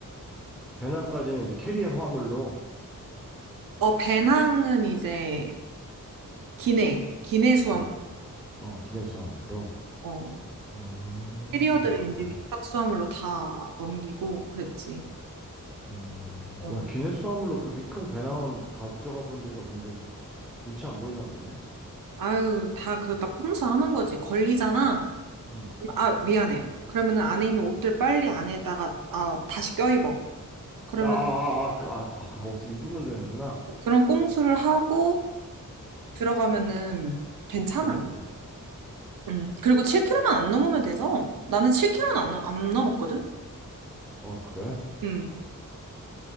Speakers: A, in the centre; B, on the right (about 80°).
A: 배낭까지는 이제 캐리어 화물로,
B: 어, 배낭은 이제 기내, 기내 수화물.
A: 어, 어, 기내수 화물로.
B: 어,
A: 음,
B: 캐리어들은
A: 그래.
B: 이제 밑밥 수화물로 다 넘기고 그랬지.
A: 음,
B: 어,
A: 야, 기내수 화물로 그렇게 큰 배낭은 가져가 본 적이 없는데, 눈치 안 보이나 보네.
B: 아유, 다 그, 딱 꼼수 하는 거지. 걸리잖아.
A: 응.
B: 아, 미안해요. 그러면은 안에 있는 옷들 빨리 안에다가 아, 다시 껴입어. 그러면
A: 아, 아, 아, 아, 그, 아, 아, 옷을 입으면 되는구나.
B: 그런 꼼수를 하고
A: 아,
B: 들어가면은 괜찮아.
A: 좋은 방법이다.
B: 음. 그리고 7kg만 안 넘으면 돼서 나는 7kg는 안, 넘- 안 넘었거든?
A: 어, 그래.
B: 음.